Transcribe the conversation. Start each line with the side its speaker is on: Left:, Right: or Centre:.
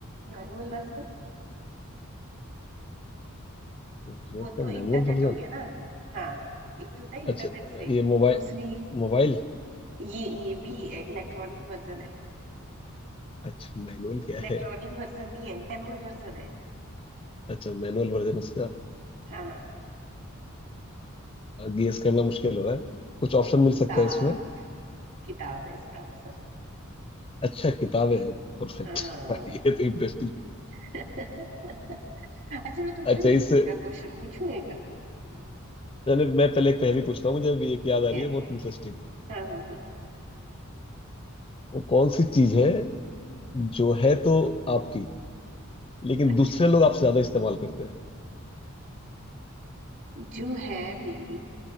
Right: मैनुअल वर्जन
Left: इंटरनेट
Right: वो
Left: का
Right: तो
Left: मैनुअल
Right: इंटरनेट
Left: वर्जन
Right: हो गया ना हाँ एक तो था इंटरनेट
Left: अच्छा
Right: से
Left: ये मोबाइल
Right: दूसरी
Left: मोबाइल
Right: ये ये भी इलेक्ट्रॉनिक वर्जन है
Left: अच्छा मैनुअल क्या
Right: इलेक्ट्रॉनिक
Left: है
Right: वर्जन नहीं है मैनुअल वर्जन है
Left: अच्छा मैनुअल वर्जन उसका
Right: हाँ
Left: गेस करना मुश्किल हो रहा है कुछ ऑप्शन मिल सकता
Right: किताब
Left: है इसमें
Right: किताब है इसका आंसर
Left: अच्छा किताब है परफेक्ट
Right: हाँ
Left: <laughs> ये तो इंटरेस्टिंग
Right: <laughs> अच्छा मैं तुम्हें
Left: अच्छा
Right: ना
Left: इससे
Right: जीके का क्वेश्चन पूछूं एक
Left: मैंने मैं पहले एक पहेली पूछता हूँ मुझे अभी एक
Right: ठीक
Left: याद आ रही
Right: है
Left: है बहुत इंटरेस्टिंग
Right: हाँ हाँ हाँ
Left: वो कौन सी चीज है जो है तो आपकी लेकिन
Right: अच्छा
Left: दूसरे लोग आपसे ज्यादा इस्तेमाल करते हैं
Right: जो है मेरी